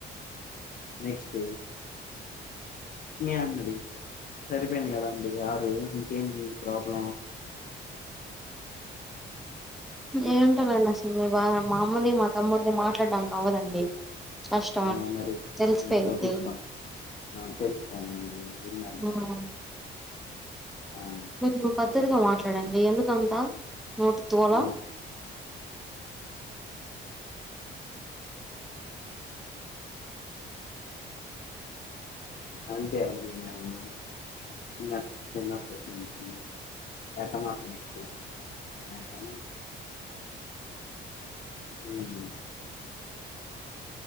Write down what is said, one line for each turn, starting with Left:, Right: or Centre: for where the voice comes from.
Left: నెక్స్ట్ మీ అన్నది సరిపోయింది కదాండి ఆరు ఇంకేంటి ప్రాబ్లం
Centre: ఏంటానండి అసలు మీ బాధ మా అమ్మని మా తమ్ముడిని మాట్లాడడానికి అవ్వదండి కష్టం
Left: ఆ మరి
Centre: తెలిసిపోయిద్ది
Left: దోచ్చించుకోండి ఆ తెలుసుకోండి ఏం చేదాం
Centre: హ్మ్
Left: అ
Centre: కొంచెం పద్ధతిగా మాట్లాడండి అ యందు కంతా నూటి తూల
Left: ఆ అంతే అండి మేము చిన్న చిన్నప్పటి నుంచి రెటమతం ఎక్కువ అ ఉమ్